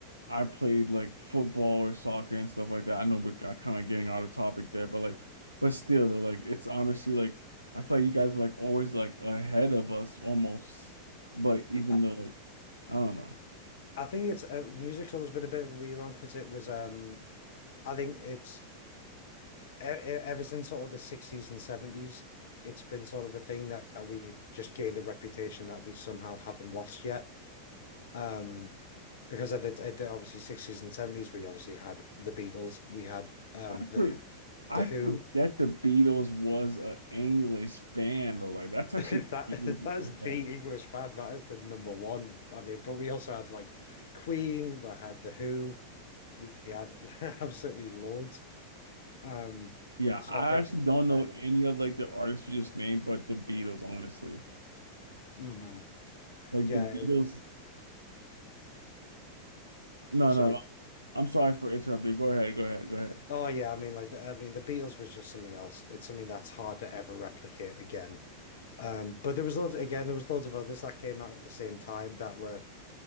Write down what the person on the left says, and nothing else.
I
I think it's uh, music's always been a bit of a weird one because it was um I think it's e- e- ever since sort of the 60s and 70s, it's been sort of a thing that we've just gained a reputation that we somehow haven't lost yet. Um, because of the, at the obviously 60s and 70s, we obviously had the Beatles, we had um,
the
Who-
the Who.
<laughs> That
that's
the English band. That is the number one. I mean, but we also had like Queen. We had the Who. We we had <laughs> absolutely loads. Um,
so
I think
since
then,
hmm
yeah.
It
was,
sorry.
Oh yeah, I mean like the, I mean the Beatles was just something else. It's something that's hard to ever replicate again. Um, but there was loads again, there was loads of others that came out at the same time that were